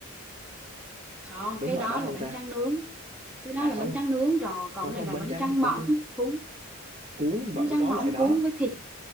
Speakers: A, in the centre; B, on the right.
A: không
B: đúng
A: cái
B: loại
A: đó
B: đó
A: là
B: không
A: bánh
B: ta
A: tráng nướng cái đó
B: à
A: là
B: không
A: bánh tráng nướng rồi còn
B: không
A: cái
B: không
A: này là
B: bánh
A: bánh
B: tráng
A: tráng
B: bánh
A: mỏng
B: tráng
A: cuốn
B: cuốn
A: bánh
B: vẫn
A: tráng
B: có
A: mỏng
B: loại đó
A: cuốn với thịt